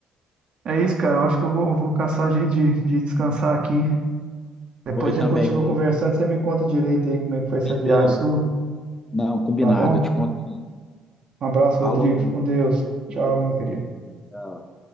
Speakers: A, on the right (about 50°); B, on the left (about 15°).
A: é isso, cara. Eu acho que eu vou, eu vou caçar jeito de, de descansar aqui. Depois
B: Oi, também.
A: a gente continua
B: o-
A: conversando, você me conta direito aí como é que foi essa
B: Beleza.
A: viagem sua,
B: Não, combinado,
A: tá bom?
B: eu te conto sim.
A: Um abraço,
B: Falou,
A: Rodrigo. Fica Com Deus.
B: Matheus.
A: Tchau, meu querido.
B: Tchau.